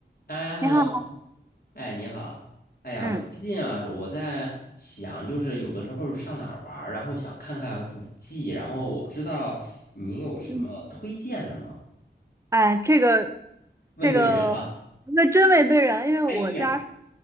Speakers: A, on the left; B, on the right.
A: 哎，hello，
B: 你好，
A: 哎，你好。哎呀，
B: 嗯
A: 我最近啊，我在想，就是有的时候上哪儿玩儿然后想看看古迹，然后我不知道你有什么推荐的吗？
B: 嗯，哎，这个
A: 问对人了。
B: 这个，那真没对人因为我家是
A: 哎呀，